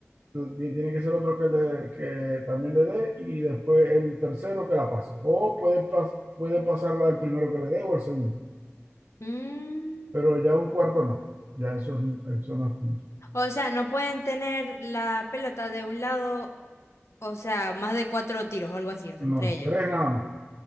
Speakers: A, on the right (about 55°); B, on the left (about 80°).
A: bien, tiene que ser otro que, le, que también le dé y después el tercero que la pase. O puede, pas- puede pasarla al primero que le dé o al segundo,
B: Mm,
A: pero ya un cuarto no. Ya eso, es- eso no es punto.
B: O sea, no pueden tener la pelota de un lado, o sea, más de cuatro tiros o algo así, o sea,
A: No,
B: entre ellos.
A: tres nada más.